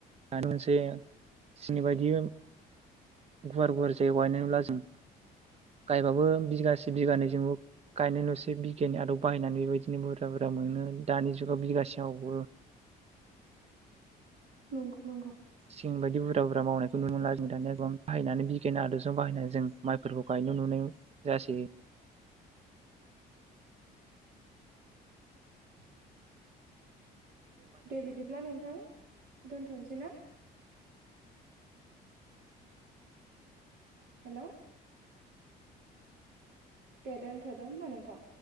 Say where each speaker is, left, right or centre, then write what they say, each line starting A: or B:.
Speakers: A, on the right (about 40°); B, on the right (about 65°).
A: मोनसे जोंनि बायदि गुवार गुवार जायगायाव गायनाय नुला जों गायबाबो बिगासे बिगानैजोंबो गायनाय नुसै बिगियान नि आदब बाहायनानै बे बायदिनो बुरजा बुरजा मोनो दानि जुगाव बिगासेयावबो
B: नंगौ नंगौ
A: जों बायदि बुरजा बुरजा मावनायखौ नुनो मोनला जों दानिया बाहायनानै बिगियान आदबजों बाहायनानै जों माइफोरखौ गायनो नुनो जासै
B: <inaudible> दे बिदिब्ला नोंथां दोनथ'नोसै ना हेल' दे दोनथ'दो होमबा नोंथां।